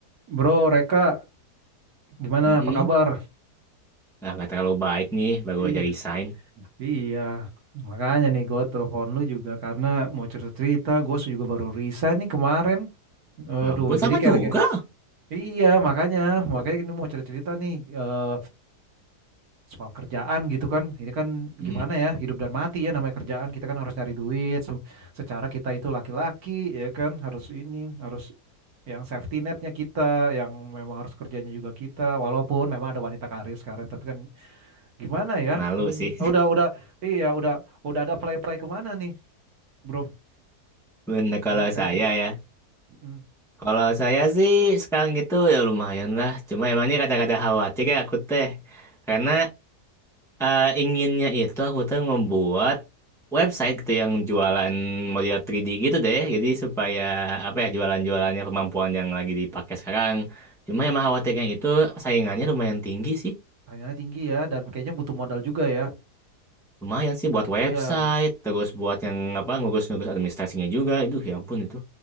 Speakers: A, on the right; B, in the centre.
A: Bro, Reka, gimana?
B: Mm-mm.
A: Apa kabar?
B: Nah, nggak terlalu baik nih, baru
A: Iya,
B: aja resign.
A: iya. Makanya nih gue telepon lu juga karena mau cerita-cerita. Gue juga baru resign nih kemarin.
B: Ya
A: Aduh,
B: ampun, sama
A: jadi kayak
B: juga.
A: lagi. Iya, makanya, makanya ini mau cerita-cerita nih eh, soal kerjaan gitu kan. Ini kan
B: Mm,
A: gimana ya, hidup dan mati ya namanya kerjaan. Kita kan harus nyari duit. Se- secara kita itu laki-laki, ya kan, harus ini, harus yang safety netnya kita, yang memang harus kerjanya juga kita, walaupun memang ada wanita karir sekarang, tapi kan Gimana ya?
B: malu
A: Hmm,
B: sih.
A: Udah, udah, iya, udah, udah ada play-play kemana nih, bro?
B: <laughs> Bener kalau
A: Eh, Kayaknya,
B: saya ya.
A: mm,
B: Kalau saya sih sekarang gitu ya lumayan lah. Cuma emangnya ini kata-kata khawatir ya aku teh. Karena eh, inginnya itu aku tuh membuat website gitu yang jualan model 3D gitu deh. Jadi supaya apa
A: mm,
B: ya jualan-jualannya kemampuan yang lagi dipakai sekarang. Cuma emang khawatirnya itu saingannya lumayan tinggi sih.
A: tayangannya tinggi ya, dan kayaknya butuh modal juga ya.
B: Lumayan sih buat website,
A: Iya,
B: terus buat yang apa ngurus-ngurus administrasinya juga. itu ya ampun itu.